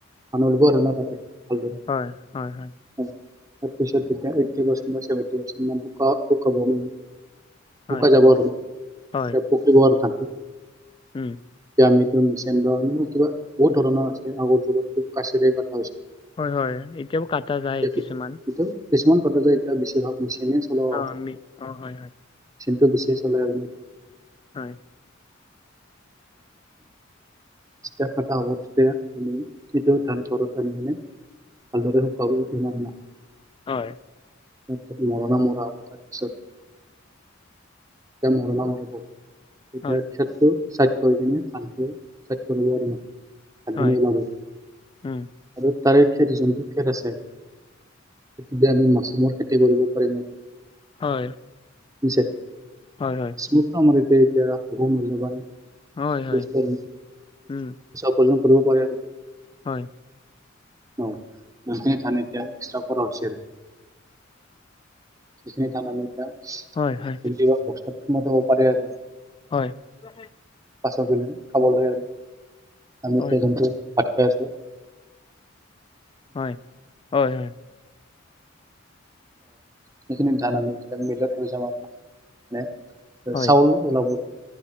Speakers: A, on the right; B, on the left.
A: সামৰিব আৰু ন তাতে ভালদৰে
B: হয় হয় হয়
A: উম, তাৰপিছত এতিয়া এই পাৰ্চভেট পাৰ্চুাবে <unintelligible>
B: হয়,
A: শুকাই যাবক আৰু
B: হয়,
A: পুখুৰী বাৰ খানতে
B: উম
A: দামিন মিচন কিবা বহুত ধৰণৰ আছে আগৰ। বছৰেকত
B: হয় হয় এতিয়াও কাটা যায়
A: সেইটো
B: কিছুমান।
A: এইটো কিছুমান কাটা যায় এতিয়া বেছিভাগ মেচিনে চলাও অ
B: আমি অ', হয়, হয়,
A: টো গেছিয় চলাই আৰু ন জ
B: হয়,
A: যেতিয়া কটা হ'ব তেতিয়া কিতিয়া ঠণ্ পৰত আনি মানে ভালদৰে স কাব দিনাৰ ন
B: হয়।
A: তাৰপিছত মৰনা মৰা হ'ব তাৰপিছত যেতিয়া মৰনা মাৰিব এতিয়া
B: হয়,
A: খেটো চাইড কৰি কিনে ধানটো চাইড কৰিব আৰু ভাতিন
B: হয়,
A: ওলাব
B: উম
A: আৰু তাৰে খেৰ যোনটো খেৰ আছে সেইটো আমি মাছৰুমৰ খেতি কৰিব পাৰিম।
B: হয়।
A: হৈছে
B: হয়, হয়,
A: মাছৰুমতো আমাৰ ইয়াতে এতিয়া বহু মূল্যবান
B: হয়, হয়,
A: পইচা
B: উম,
A: উপাৰ্জন কৰিব পাৰিব পাৰে।
B: হয়।
A: অ যোনখিনি ধান এতিয়া এক্সট্ৰা কৰা হৈছিল সেখিনি ধান আমি এতিয়া
B: হয়, হয়, হয়।
A: বস্তাত ভৰাই থব পাৰে আৰু
B: হয়, হয়,
A: পাছত আমি খাবলৈ আৰু আমি
B: হয়,
A: এতিয়া যোনটো ঠিকে আছে।
B: হয় হয় হয়।
A: সিখিনি ধান আমি যেতিয়া মিলত লৈ যাম মানে।
B: হয়, হয়,
A: চাউল ওলাব